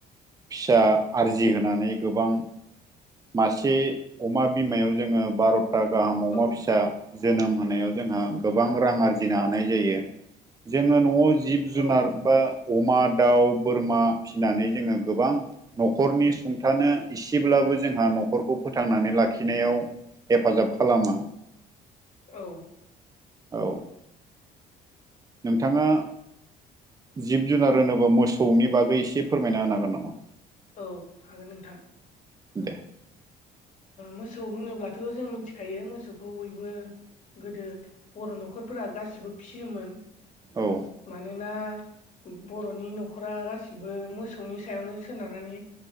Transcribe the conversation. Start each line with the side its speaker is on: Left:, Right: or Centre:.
Right: फिसा आरजि होनानै गोबां। मासे अमा बिमायाव जोङो बार'था गाहाम अमा
Left: औ
Right: फिसा जोनोम होनायाव जोंहा गोबां रां आरजिनो हानाय जायो जोङो न'आव। जिब-जुनार
Left: औ
Right: अमा दाउ बोरमा फिसिनानै जोङो गोबां न'खरनि सुंथानो इसेब्ला बो जोंहा न'खरखौ फोथांनानै लाखिनायाव हेफाजाब खालामो।
Left: औ।
Right: औ। नोंथाङा जिब जुनार होनोब्ला मोसौनि बागै एसे फोरमायना होनो हागोन नामा?
Left: औ हागोन नोंथां।
Right: दे।
Left: मोसौ होनोब्लाथ' जों मिथिखायो मोसौखौ बयबो। गोदो बर' न'खरफोरा गासिबो फिसियोमोन
Right: औ
Left: मानोना बर'नि न'खरा गासिबो मोसौनि सायावनो सोनारनानै।